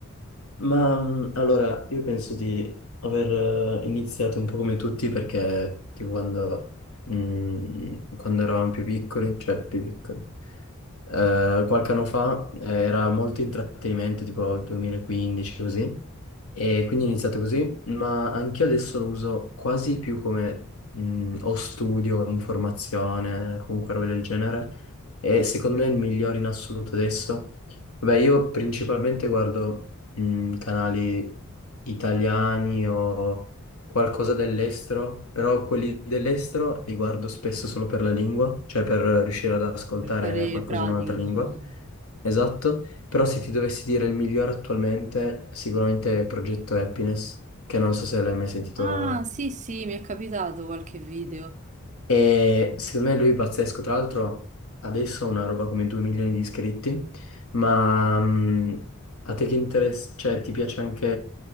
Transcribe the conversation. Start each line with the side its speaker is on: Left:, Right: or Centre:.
Left: Ma mh, allora, io penso di aver eh, iniziato un po' come tutti perché tipo quando, mh, quando eravamo più piccoli, cioè più piccoli, eh, qualche anno fa eh, era molto intrattenimento, tipo 2015 così, e quindi ho iniziato così, ma anch'io adesso lo uso quasi più come mh, o studio, informazione, comunque roba del genere, e secondo me è il migliore in assoluto adesso. Beh, io principalmente guardo mm, canali italiani o qualcosa dell'estero, però quelli dell'estero li guardo spesso solo per la lingua, cioè per riuscire ad ascoltare
Right: Per fare
Left: qualcosa
Right: pratica,
Left: in un'altra
Right: diciamo.
Left: lingua. Esatto, però se ti dovessi dire il migliore attualmente, sicuramente è Progetto Happiness, che non so se l'hai mai sentito
Right: Ah, sì, sì, mi è capitato qualche video.
Left: e secondo me lui è pazzesco. Tra l'altro, adesso ha una roba come 2 milioni di iscritti. Ma mh, a te che interessa, cioè, ti piace anche